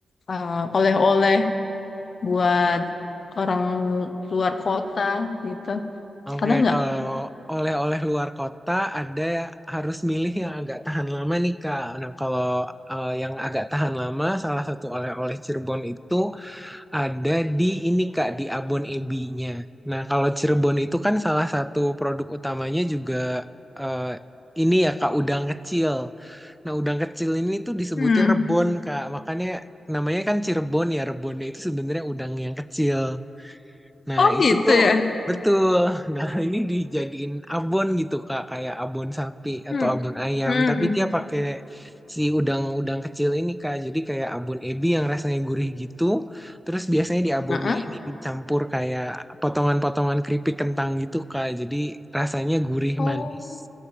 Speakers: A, on the left (about 55°); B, in the centre.
A: uh, oleh-oleh buat orang luar kota gitu.
B: Oke,
A: Ada nggak?
B: kalau oleh-oleh luar kota ada harus milih yang agak tahan lama nih Kak. Nah, kalau eh, yang agak tahan lama, salah satu oleh-oleh Cirebon itu Ada di ini Kak, di abon ebi-nya. Nah, kalau Cirebon itu kan salah satu produk utamanya juga eh, ini ya Kak, udang kecil. Nah, udang kecil ini tuh disebutnya
A: Hmm.
B: rebon Kak, makanya namanya kan Cirebon ya, rebonnya itu sebenarnya udang yang kecil. Nah,
A: Oh
B: itu
A: gitu
B: tuh
A: ya.
B: betul. Nah, ini dijadiin abon gitu, Kak, kayak abon sapi atau
A: Hmm.
B: abon ayam,
A: Hmm.
B: tapi dia pakai si udang-udang kecil ini, Kak. Jadi kayak abon ebi yang rasanya gurih gitu. Terus biasanya di abonnya
A: Heeh.
B: ini dicampur kayak potongan-potongan keripik kentang gitu, Kak. Jadi rasanya gurih
A: Oh.
B: manis.